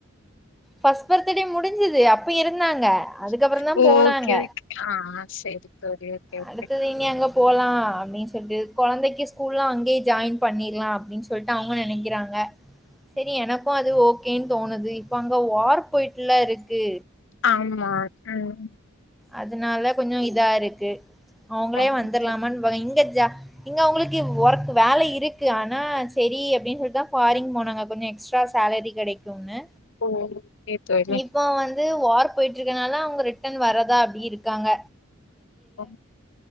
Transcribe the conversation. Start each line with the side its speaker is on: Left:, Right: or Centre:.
Centre: ஃபஸ் பர்த்தடே முடிஞ்சுது அப்ப இருந்தாங்க அதுக்கப்புறம்
Left: ம்
Centre: தான்
Left: ஓகே
Centre: போனாங்க.
Left: ஓக் ஆ ஆ சேரி தோழி ஓகே ஓகே
Centre: அடுத்தது இனி அங்க போலா அப்டின் சொல்ட்டு கொழந்தைக்கு ஸ்கூல்லா அங்கே ஜாயின் பண்ணிர்லா அப்டின் சொல்ட்டு அவுங்க நெனைக்கிறாங்க
Left: <inaudible>
Centre: சேரி எனக்கு அது ஓக்கேன் தோணுது இப்ப அங்க வார் போயிட்டுலா இருக்கு
Left: ஆமா ம்
Centre: அதனால கொஞ்சோ இதா இருக்கு அவுங்களே
Left: ஓகே
Centre: வந்துர்லாமான் பை இங்க ஜா இங்க அவுங்களுக்கு ஒர்க் வேல இருக்கு ஆனா சேரி அப்டி சொல்ட்டுதா ஃபாரின் போனாங்க கொஞ்ச எக்ஸ் ட்டா சேலரி கெடைக்குனு
Left: ஓகே தோழி
Centre: இப்ப வந்து வார் போயிட்டுருக்கனால அவுங்க ரிட்டர்ன் வர தா அப்டி இருக்காங்க
Left: ஓ